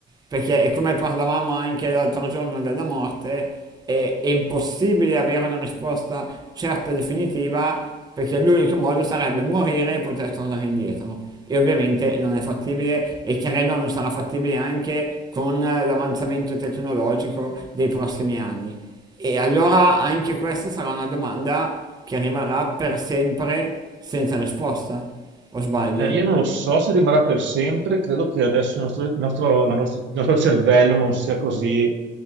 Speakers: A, on the right; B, on the right.
A: perché è come parlavamo anche l'altro giorno della morte, è, è impossibile avere una risposta certa e definitiva, perché l'unico modo sarebbe morire e poter tornare indietro. E ovviamente non è fattibile e credo non sarà fattibile anche con l'avanzamento tecnologico dei prossimi anni. E allora anche questa sarà una domanda che rimarrà per sempre senza risposta, o sbaglio?
B: Eh, io non lo so se rimarrà per sempre, credo che adesso il nostro, il nostro- la nostra- il nostro cervello non sia così